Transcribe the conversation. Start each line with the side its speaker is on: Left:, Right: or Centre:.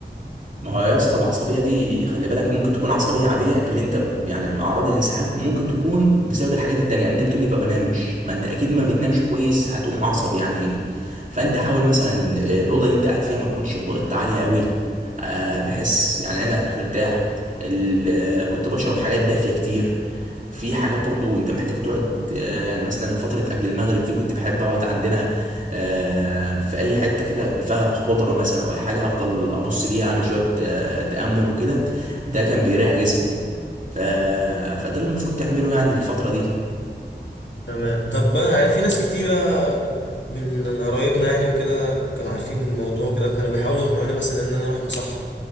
Right: ما هو يا اسطى العصبيه دي خلي بالك ممكن تكون عصبيه عاديه اللي انت يعني اعراض الانسحاب وممكن تكون بسبب الحاجات التانية يعني انت بتقولي ما بنامش ما انت اكيد ما بتنامش كويس هتقوم عصبي يعني فانت حاول مثلا آه، الاوضه اللي انت قاعد فيها ما تكونش اضاءتها عاليه قوي آه، بحيث يعني عينك ترتاح ال- آه، كنت بشرب حاجات دافيه كتير في حاجات برضو انت محتاج تقعد آه، يعني مثلا فتره قبل المغرب دي كنت بحب اقعد عندنا آه، في اي حته كده فيها خضره مثلا او اي حاجه هفضل ابص ليها اعمل شويه آه، تامل وكده ده كان بيريح جسمي ف... فده اللي المفروض تعمله يعني الفتره دي
Left: تمام طب بقى يعني في ناس كتيرة من قرايبنا يعني وكده كانوا عارفين الموضوع كده كانوا بيحاولوا يقنعوني مثلا ان انا اروح مصحة